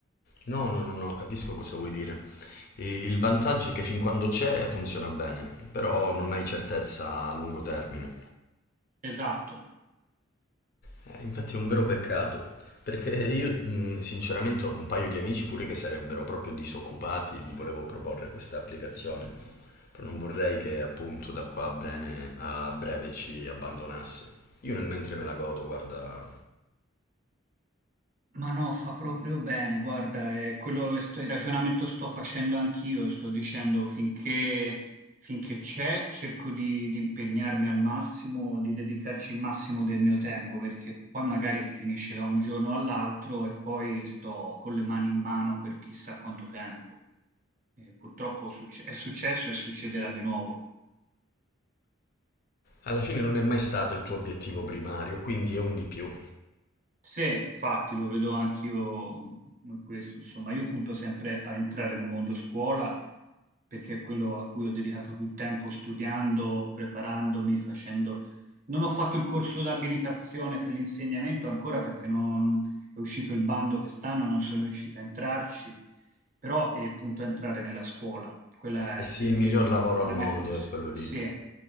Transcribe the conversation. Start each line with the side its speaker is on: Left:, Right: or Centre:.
Left: No, no, no, no, capisco cosa vuoi dire. E il vantaggio è che fin quando c'è funziona bene, però non hai certezza a lungo termine.
Right: Esatto.
Left: Eh, infatti è un vero peccato, perché io mh, sinceramente ho un paio di amici pure che sarebbero proprio disoccupati, e gli volevo proporre questa applicazione, però non vorrei che appunto da qua a breve, a breve ci abbandonasse. Io nel mentre me la godo, guarda,
Right: Ma no, fa proprio bene, guarda, è quello, sto- il ragionamento sto facendo anch'io, sto dicendo finché, finché c'è cerco di, di impegnarmi al massimo, di dedicarci il massimo del mio tempo, perché poi magari finisce da un giorno all'altro e poi sto con le mani in mano per chissà quanto tempo. E purtroppo succe- è successo e succederà di nuovo.
Left: alla fine non è mai stato il tuo obiettivo primario, quindi è un di più.
Right: Sì, infatti lo vedo anch'io come questo, insomma, io punto sempre a entrare nel mondo scuola perché è quello a cui ho dedicato più tempo studiando, preparandomi, facendo... Non ho fatto il corso di abilitazione per l'insegnamento ancora perché non è uscito il bando quest'anno, non sono riuscito a entrarci, però eh, punto a entrare nella scuola, quello è,
Left: E sì,
Right: è il
Left: il
Right: mio
Left: miglior
Right: obiettivo,
Left: lavoro
Right: è
Left: al
Right: la
Left: mondo
Right: mia professione.
Left: è quello lì.
Right: Sì,